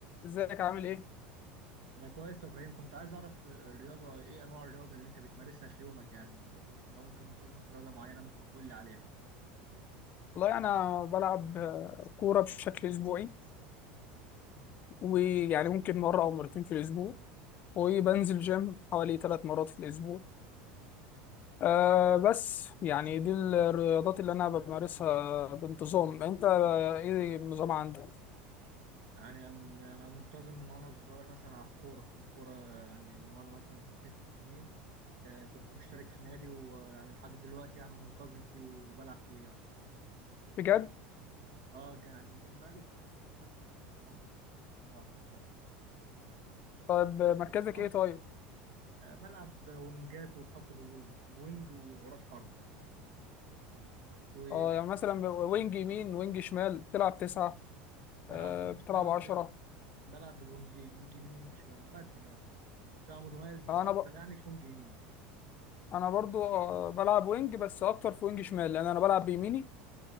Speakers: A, on the left (about 35°); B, on the right (about 70°).
A: ازيك عامل ايه؟
B: انا كويس يا ابراهيم كنت عايز اعرف الرياضه ايه انواع الرياضه اللي انت بتمارسها في يومك يعني او لو انت منتظم في رياضه معينه ممكن تقول لي عليها
A: والله انا بلعب آه، كوره بشكل اسبوعي ويعني ممكن مره او مرتين في الاسبوع وبنزل جيم حوالي ثلاث مرات في الاسبوع أه بس يعني دي الرياضات اللي انا بمارسها بانتظام انت آه، ايه النظام عندك؟
B: يعني أم- انا منتظم من وانا صغير مثلا على الكوره الكوره يعني من وانا مثلا في ست سنين آه، كنت مشترك في نادي ويعني لحد دلوقتي يعني منتظم فيه وبلعب فيه يعني
A: بجد؟
B: اه كان- يعني كان بقالي بقى- داخل مثلا في 15 سنه بلعب كوره لحد دلوقتي
A: طيب
B: بس
A: آه، مركزك
B: في الفتره
A: ايه طيب؟
B: آه، بلعب وينجات وفي خط الهجوم يعني وينج وراس حربه و
A: اه يعني مثلا وينج يمين وينج شمال بتلعب تسعة
B: آه، بلعب
A: أه بتلعب
B: بلعب
A: عشرة
B: بلعب بالونجين ونج يمين ونج شويه ببدل يعني بس انا متميز
A: انا
B: اكتر
A: ب...
B: يعني في ونج يمين
A: انا برضو آه، بلعب وينج بس اكتر في وينج شمال لان انا بلعب بيميني